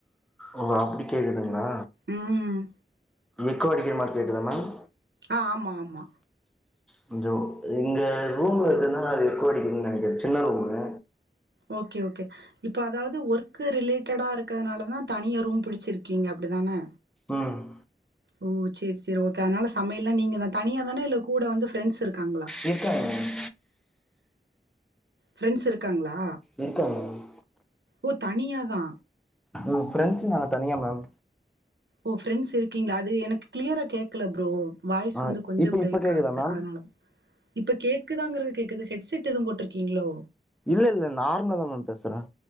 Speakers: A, in the centre; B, on the right (about 80°).
A: ஓ அப்டி கேக்குதுங்களா
B: ம்
A: எக்கோ அடிக்குற மாரி கேக்குதா மேம்
B: ஆ ஆமா ஆமா
A: கொஞ்சோ இங்க ரூம்ல இருக்குறது நாள எக்கோ அடிக்குதுன் நெனைக்குற சின்ன ரூமுங்க
B: ஓகே ஓகே இப்ப அதாவது ஒர்க்கு ரிலேட்டடா இருக்குறதுனாலதா தனியா ரூம் புடிச்சிருக்கீங்க அப்டிதான
A: ம்
B: ஓ சேர் சேர் ஓகே அதனால சமையல்லா நீங்கதா தனியா தானா இல்ல கூட வந்து ஃப்ரெண்ட்ஸ் இருக்காங்களா
A: இருக்காங்க மேம்
B: ஃப்ரெண்ஸ் இருக்காங்களா
A: இருக்காங்க மேம்
B: ஓ தனியாதா
A: மூணு ஃப்ரெண்ட்ஸ்ஸு நாங்க தனியா மேம்
B: ஓ ஃப்ரெண்ட்ஸ் இருக்கீங்களா அது எனக்கு கிளியரா கேக்கல ஃப்ரோ வாய்ஸ்
A: ஆ
B: வந்து கொஞ்சம்
A: இப்ப
B: பிரேக்
A: இப்ப கேக்குதா
B: ஆகுது
A: மேம்
B: அதனாலதா இப்ப கேக் கேக்குதாங்குறது கேக்குது ஹெட்செட் எதும் போட்ருக்கீங்களோ
A: இல்ல இல்ல நார்மலாதா மேம் பேசுற